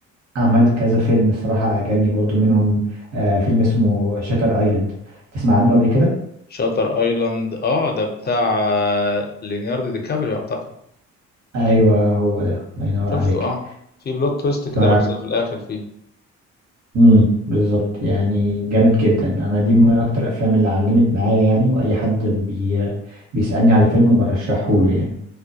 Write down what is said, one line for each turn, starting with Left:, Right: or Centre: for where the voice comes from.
Right: عمل كذا فيلم الصراحة عجبني برضو منهم آه فيلم اسمه شاتر ايلاند تسمع عنه قبل كده
Left: شاتر ايلاند اه ده بتاع آه، ليوناردو دي كابريو اعتقد
Right: ايوه هو ده الله ينور
Left: شفته
Right: عليك
Left: اه في بلوت تويست كده
Right: ف
Left: بيحصل في الاخر فيه
Right: امم بالظبط يعني جامد جدا انا دي من اكتر الافلام اللي علمت معايا يعني واي حد بي... بيسألني على فيلم برشحه له يعني